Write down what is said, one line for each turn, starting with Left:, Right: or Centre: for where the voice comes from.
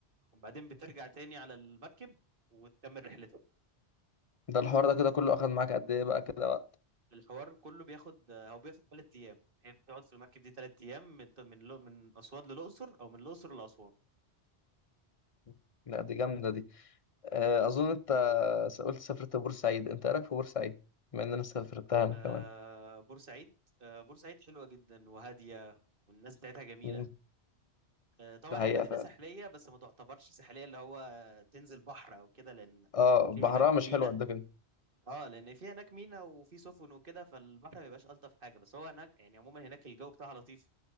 Right: وبعدين بترجع تاني على المركب وتكمل رحلتك
Left: ده الحوار ده كده كله اخد معاك قد ايه بقى كده وقت
Right: الحوار كله بياخد هو بياخد ثلاث ايام هي بتقعد في المركب دي ثلاث ايام من من لو- من اسوان للاقصر او من الاقصر لاسوان
Left: مم. لا دي جامدة دي آه، اظن انت س- قلت سافرت بورسعيد انت ايه رايك في بورسعيد بما ان انا سافرتها انا
Right: آه
Left: كمان
Right: بورسعيد آه بورسعيد حلوه جدا وهاديه والناس بتاعتها جميله
Left: مم.
Right: آه طبعا
Left: ده حقيقة
Right: هي مدينه
Left: فعلا
Right: ساحليه بس ما تعتبرش ساحليه اللي هو تنزل بحر او كده لان
Left: اه
Right: في
Left: بحرها
Right: هناك
Left: مش
Right: مينا
Left: حلو قد كده
Right: اه لان في هناك مينا وفي سفن وكده فالبحر ما بيبقاش الطف حاجه بس هو هناك يعني عموما هناك الجو بتاعها لطيف